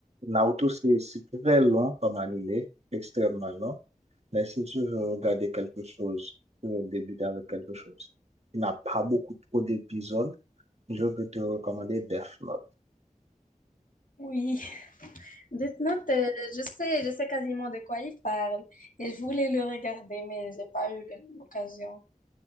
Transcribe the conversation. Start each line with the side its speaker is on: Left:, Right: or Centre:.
Right: Naruto, c'est c'est très long comme animé, extrêmement long. Mais si tu veux regarder quelque chose, tu veux débuter avec quelque chose. Il n'a pas beaucoup trop d'épisodes. Je peux te recommander Death Note.
Left: Oui, <laughs> Death Note, euh, je sais, je sais quasiment de quoi il parle. Et je voulais le regarder, mais j'ai pas eu le- l'occasion.